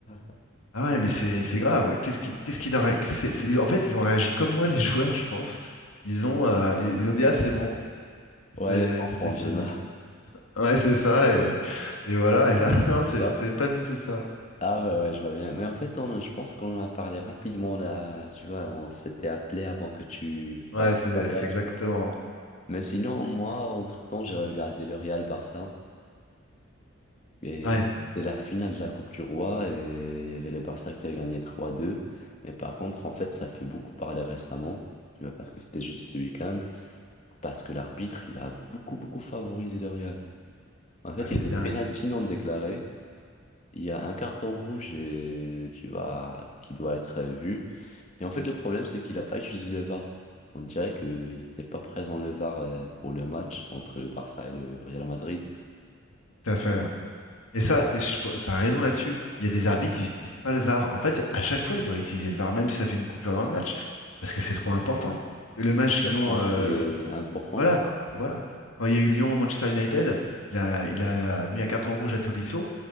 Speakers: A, on the left; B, on the left.
A: <laughs>
B: Ah ouais, mais c'est c'est grave. Qu'est-ce qui, qu'est-ce qu'il a ré- qu'est-ce que c'est- c'est- En fait, ils ont réagi comme moi, les <laughs> joueurs, je pense. Ils ont, euh, ils ils ont dit, ah, c'est bon,
A: Ouais,
B: c'est
A: les enfants
B: c'est fini.
A: demain.
B: Ouais, c'est ça, et, et voilà. Et là, <laughs> non, c'est
A: <laughs> Non?
B: c'est pas du tout ça.
A: Ah ouais, ouais, je vois bien. Mais en fait, on, je pense qu'on en a parlé rapidement là, tu vois, on s'était appelé avant que tu
B: Ouais,
A: pars en
B: c'est
A: voyage.
B: exactement.
A: Mais sinon, moi, entre-temps, j'ai regardé le Real Barça et
B: Ouais,
A: c'est la finale de la Coupe du Roi et il y avait le Barça qui a gagné 3-2. Mais par contre, en fait, ça fait beaucoup parler récemment, tu vois, parce que c'était juste ce week-end, parce que l'arbitre, il a beaucoup, beaucoup favorisé le Real. En fait,
B: ah, c'est
A: il y a des
B: dingue.
A: pénaltys non déclarés. il y a un carton rouge et tu vois, qui doit être vu. Et en fait, le problème, c'est qu'il n'a pas utilisé le VAR. On dirait qu'il n'était pas présent le VAR euh, pour le match entre le Barça et le Real Madrid.
B: Tout à fait. Et ça, je- t'as raison là-dessus. Il y a des arbitres, ils utilisent pas le VAR. En fait, à chaque fois, ils devraient utiliser le VAR, même si ça fait une coupure dans le match, parce que c'est trop important. Le match
A: Sûr,
B: lyon
A: Quand c'est
B: lyon
A: important,
B: Voilà,
A: il faut...
B: qu- voilà. Quand il y a eu Lyon-Manchester United, il a, il a mis un carton rouge à Tolisso.